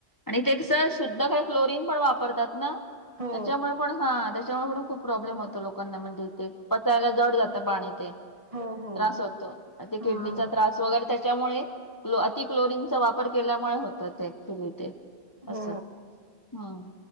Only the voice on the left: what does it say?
आणि ते शुद्धकडे क्लोरन पण वापरतात ना
त्याच्यामुळे पण हा त्याच्यामुळे पण खूप प्रॉब्लेम होतो लोकांना म्हणजे ते पचायला जड जातं पाणी ते.
त्रास होतो आणि ते
किडनीचा त्रास वगैरे त्याच्यामुळे लो अति क्लोरीनचा वापर केल्यामुळे होत ते ऍक्चुली ते अस.
हा.